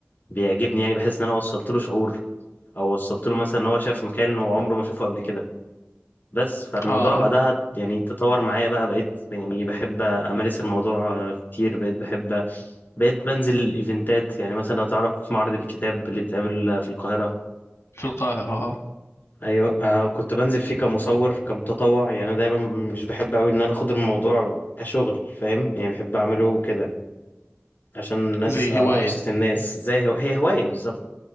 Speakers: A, on the left; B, on the left.
A: بيعجبني يعني بحس إن أنا وصلت له شعور أو وصلت له مثلا إن هو شاف مكان هو عمره ما شافه قبل كده بس فالموضوع
B: اه
A: بعدها يعني تطور معايا بقى بقيت يعني بحب أمارس الموضوع آه، كتير بقيت بحب بقيت بنزل الإيفنتات يعني مثلا لو تعرف معرض الكتاب اللي بيتعمل آه، في القاهرة
B: في القاهرة اه
A: أيوة آه كنت بنزل فيه كمصور كمتطوع يعني أنا دايما مش بحب أوي إن أنا أخد الموضوع كشغل فاهم يعني بحب أعمله كده عشان الناس
B: زي
A: آه،
B: هواية
A: أبسط الناس زي هو... هي هواية بالظبط